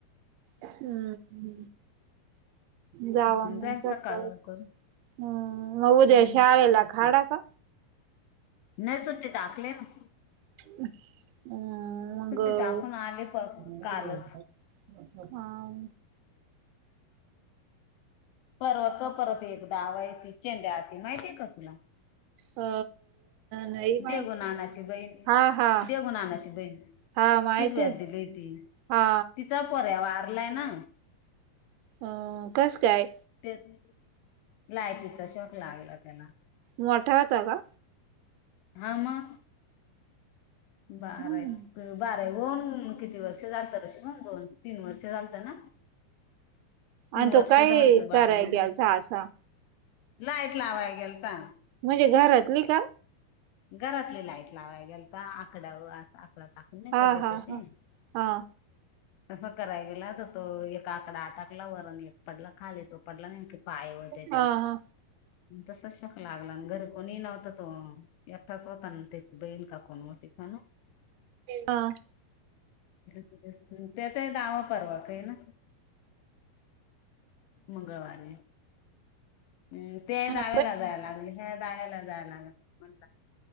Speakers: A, on the right (about 85°); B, on the left (about 80°).
A: हम्म, जावा
B: मग
A: म
B: जाईल
A: सकाळी.
B: सकाळ लवकर
A: हम्म म उद्या
B: हम्म
A: शाळेेला खाडा का?
B: नाय सुट्टी टाकलीये ना.
A: हम्म
B: सुट्टी
A: मंग
B: टाकून आले प कालच
A: <inaudible> हां.
B: परवा का परत एकदा वाय ते चेंद्या आलती माहितीय का तुला?
A: अ नाही माहित.
B: देहु नानाची बहीण,
A: हा हा
B: देऊ नाना ची बहीण.
A: हा माहिती
B: शिकव्यात दिलीय ती,
A: हा
B: तिचा पोर्र्या वारलाय ना.
A: अं कसं काय?
B: तेच, लायटीचा शोक लागला त्याला.
A: मोठा होता का?
B: हा म. बारा
A: हम्म
B: विला. बारावी होऊन किती वर्ष झालतं रेश्मा, दोन तीन वर्ष झालतं ना. तीन
A: आणि तो
B: वर्ष
A: काय
B: झालतं बारावी
A: कराय
B: हुन.
A: गेलता असा
B: लाईट लावाय गेलता.
A: म्हणजे घरातली का?
B: घरातली लाईट लावाय गेलति आकडा व आकडा टाक ते
A: हा हा हा
B: <unintelligible>
A: हा
B: तसं कराय गेला होता तो एक आकडा आटकला वर आणि एक पडला खाली, तो पडला नेमका पायावर त्याच्या.
A: हा हा
B: तसाच शौक लागला आणि घरी कोणी नव्हतं तो एकठाच होताना, त्याची बहीण का कोण होती काय माहीत?
A: हां.
B: त्याचाही दावा पर्वा का य ना. मंगळवारी हम्म. ते
A: हा
B: दावायला जायला लागलं, हे दावायला जाय लागलं, म्हण